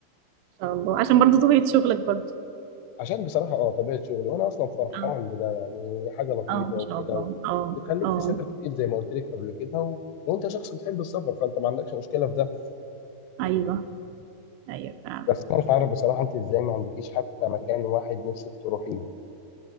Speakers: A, on the right; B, on the left.
A: ما شاء الله عشان برضو طبيعة شغلك برضو
B: عشان بصراحه اه طبيعه شغلي وانا اصلا فرحان
A: اه
B: بده يعني حاجه لطيفه
A: اه ما
B: وكده
A: شاء الله
B: و...
A: اه
B: بتخليك
A: اه
B: تسافر كتير زي ما قلت لك قبل كده و... وانت شخص بتحب السفر فانت ما عندكش مشكله في ده
A: ايوه ايوه فعلا
B: بس انا مش عارف بصراحه انت ازاي ما عندكيش حتى مكان واحد نفسك تروحيه